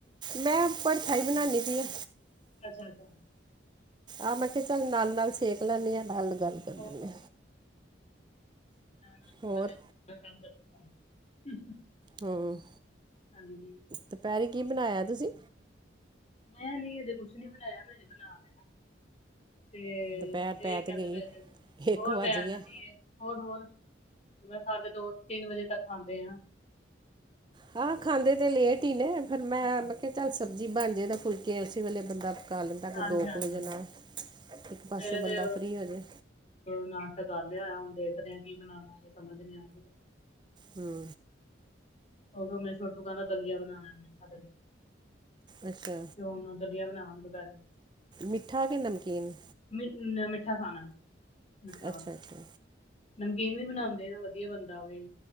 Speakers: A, on the right; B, on the left.
A: ਮੈਂ ਭਰਥਾ ਹੀ ਬਣਾਨੀ ਪਈ ਆ।
B: ਅੱਛਾ ਰੁਕੋ
A: ਆਹ ਮੈਂ ਕਿਹਾ ਚੱਲ ਨਾਲ-ਨਾਲ ਸੇਕ ਲੈਂਣੀ ਹਾਂ ਨਾਲ-ਨਾਲ ਗੱਲ ਕਰਨੀ
B: ਹੋਰ ਹੋਰ
A: ਆਂ।
B: <unintelligible>
A: ਹੋਰ ਹੂੰ
B: ਹਾਂਜੀ
A: ਦੁਪਹਿਰੀ ਕੀ ਬਣਾਇਆ ਤੁਸੀਂ
B: ਮੈਂ ਨਹੀਂ ਹਜੇ ਕੁਛ ਨੀ ਬਣਾਇਆ ਮੈਂ ਅਜੇ ਬਣਾ ਲੈਣਾ ਤੇ
A: ਦੁਪਹਿਰ ਪੈ
B: ਇਹ ਕਹਿੰਦੇ
A: ਤੇ ਗਈ
B: ਪਏ ਨੇ
A: ਇੱਕ
B: ਹੋਰ
A: ਵੱਜ
B: ਪੈ
A: ਗਿਆ
B: ਚਲੀਏ ਹੋਰ-ਹੋਰ ਮੈਂ ਸਾਡੇ ਦੋ ਤਿੰਨ ਵਜੇ ਤੱਕ ਖਾਂਦੇ ਆ।
A: ਹਾਂ ਖਾਂਦੇ ਤੇ ਲੇਟ ਹੀ ਨੇ ਫਿਰ ਮੈਂ
B: ਹਾਂ
A: ਚੱਲ ਸਬਜ਼ੀ ਬਣ ਜਾਏ ਤਾਂ ਫੁਲਕੇ ਉਸੇ ਵੇਲੇ ਬੰਦਾ ਪਕਾ ਲੈਂਦਾ ਕੋਈ
B: ਹਾਂਜੀ-ਹਾਂਜੀ
A: ਦੋ ਕੁ ਵਜੇ ਨਾਲ ਇੱਕ
B: ਸਵੇਰੇ
A: ਪਾਸਿਓ ਬੰਦਾ
B: ਤੇ
A: ਫ੍ਰੀ ਹੋ ਜੇ
B: ਨਾਸ਼ਤਾ ਕਰ ਲਿਆ ਹੋਇਆ ਹੁਣ ਦੇਖਦੇ ਆ ਕੀ ਬਨਾਉਣਾ ਸਮਝ ਨਈ ਆਂਦੀ ਪਈ।
A: ਹੂੰ
B: ਉਦੋ ਮੇ ਛੋਟੂ ਕਹਿੰਦਾ ਦਲੀਆ ਬਣਾਉਣਾ ਮਿੱਠਾ ਦਲੀ
A: ਅੱਛਾ
B: ਤੇ ਹੁਣ ਦਲੀਆ ਬਣਾਵਾਂਗੇ। ਦੁਪਹਿਰੇ
A: ਮਿੱਠਾ ਕੇ ਨਮਕੀਨ
B: ਮ ਮਿੱਠਾ ਖਾਣਾ ਮਿੱਠਾ
A: ਅੱਛਾ-ਅੱਛਾ
B: ਵਾਲਾ ਨਮਕੀਨ ਵੀ ਬਣਾਂਦੇ ਆਂ ਵਧੀਆ ਬਣਦਾ ਓ ਵੀ